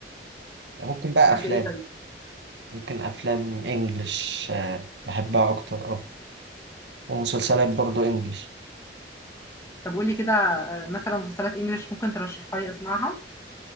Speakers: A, on the right; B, on the left.
A: ممكن بقى
B: بتحبي
A: أفلام
B: ايه طيب
A: ممكن أفلام إنجلش آه، بحبها أكتر أه ومسلسلات برضو إنجلش
B: طب قولي كده آه، مثلا مسلسلات انجليش ممكن ترشحها لي اسمعها